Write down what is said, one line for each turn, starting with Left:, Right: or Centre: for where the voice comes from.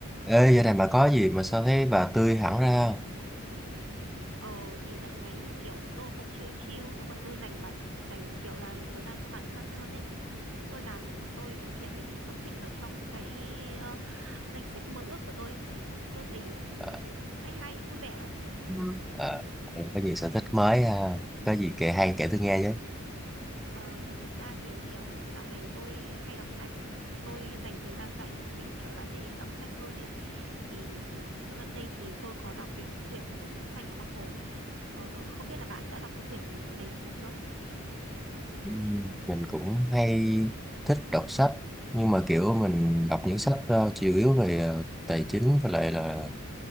Centre: Ê, giờ này bà có gì mà sao thấy bà tươi hẳn ra không?
Right: Ờ thì dạo này kiểu tôi cũng chill chill xong rồi tôi dành bản dành kiểu làm thời gian cho bản thân hơn ấy. Tôi làm tôi thực hiện mấy cái sở thích ở trong cái ờ, danh sách mơ ước của tôi ấy. Nên tôi thấy
Centre: Ờ,
Right: hay hay vui vẻ lắm.
Centre: Ừ. ờ, có nhiều sở thích mới ha. Có gì kể hay
Right: Ừ.
Centre: kể tôi nghe chứ.
Right: Ờ, thật ra thì kiểu dạo này tôi hay đọc sách. Tôi dành thời gian rảnh của mình kiểu là để đọc sách hơn ấy. Thì ừm, ở gần đây thì tôi có đọc cái quyển Bút Sen Xanh của Bác Hồ. Ờ, không biết là bạn đã đọc cái quyển này chưa?
Centre: Ừ, Mình cũng hay thích đọc sách nhưng mà kiểu
Right: Ừ.
Centre: mình đọc những sách ờ, chủ yếu về ờ, tài chính và lại là